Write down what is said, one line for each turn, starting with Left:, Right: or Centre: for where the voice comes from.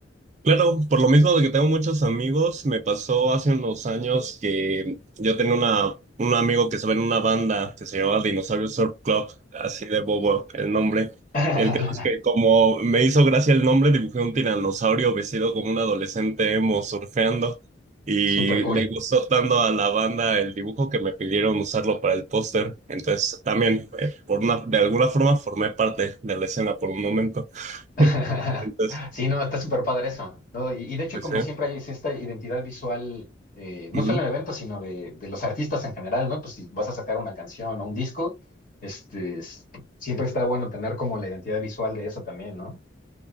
Right: Claro, por lo mismo de que tengo muchos amigos, me pasó hace unos años que yo tenía una, un amigo que estaba en una banda que se llamaba Dinosaur Surf Club, así de bobo el nombre.
Left: <laughs>
Right: El caso es que como me hizo gracia el nombre, dibujé un tiranosaurio vestido como un adolescente emo surfeando y
Left: Súper cool.
Right: le gustó tanto a la banda el dibujo que me pidieron usarlo para el póster. Entonces también, eh, por una, de alguna forma, formé parte de la escena por un momento.
Left: <laughs>
Right: <laughs> Entonces,
Left: Sí, no, está súper padre eso, ¿no? Y, y de hecho,
Right: Pues
Left: como
Right: sí.
Left: siempre hay es esta identidad visual, eh, no
Right: Ujú.
Left: solo en eventos, sino de, de los artistas en general, ¿no? Pues si vas a sacar una canción o un disco, este, s- siempre está bueno tener como la identidad visual de eso también, ¿no?